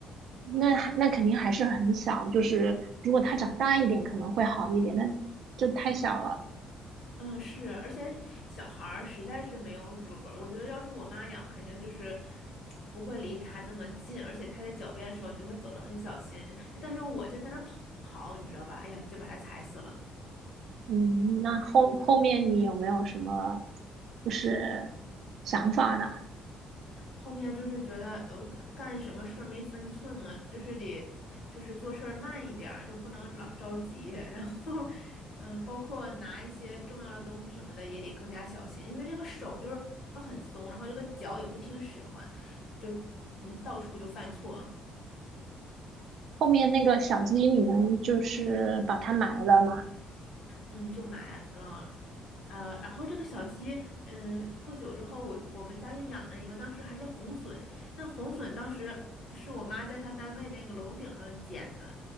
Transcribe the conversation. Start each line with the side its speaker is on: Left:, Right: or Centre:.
Right: 那还那肯定还是很小，就是如果它长大一点可能会好一点，那就太小了。
Left: 嗯，是，而且小孩儿实在是没有主儿。我觉得要是我妈养，肯定就是不会离他那么近，而且他在脚边的时候，你就会走得很小心。哎但是我就在那儿跑，你知道吧？哎呀，就把它踩死了。
Right: 嗯，那后后面你有没有什么就是想法呢？
Left: 后面就是觉得呃干干什么事儿没分寸嘛，就是得就是做事儿慢一点儿，就不能老着急。<laughs> 然后，嗯，包括拿一些重要的东西什么的也得更加小心，因为这个手就是很松，然后这个脚也不听使唤，就嗯到处就犯错。
Right: 后面那个小鸡你们就是把它埋了吗？
Left: 嗯，就埋了，呃，然后这个小鸡，嗯，不久之后我我们家又养了一个，当时还是红隼。那红隼当时是我妈在她单位那个楼顶上捡的，